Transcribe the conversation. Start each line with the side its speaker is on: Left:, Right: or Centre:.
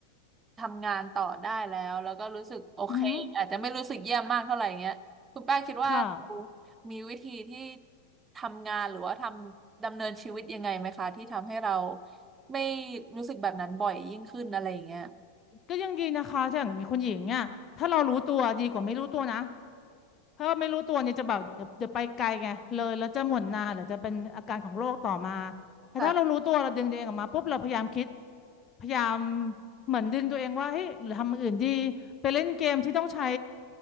Right: ทำงานต่อได้แล้วแล้วก็รู้สึกโอเคอาจจะไม่รู้สึกเยี่ยมมากเท่าไหร่เงี้ยคุณแป้งคิดว่าเรา
Left: อืมค่ะ
Right: มีวิธีที่ทำงานหรือว่าทำดำเนินชีวิตยังไงไหมคะที่ทำให้เราไม่รู้สึกแบบนั้นบ่อยยิ่งขึ้นอะไรอย่างเงี้ย
Left: ก็ยังดีนะคะถ้าอย่างคุณหญิงอ่ะถ้าเรารู้ตัวดีกว่าไม่รู้ตัวนะ เพราะไม่รู้ตัวเนี่ยจะแบบเดี๋ยวเดี๋ยวไปไกลไงเลยแล้วจะหม่นนานหรือจะเป็นอาการของโรคต่อมาแต่ถ้าเรารู้ตัวเราดึงตัวเองออกมาปุ๊บเราพยายามคิด
Right: ค่ะ
Left: พยายามเหมือนดึงตัวเองว่าเฮ้ยหรือทำอย่างอื่นดีไปเล่นเกมที่ต้องใช้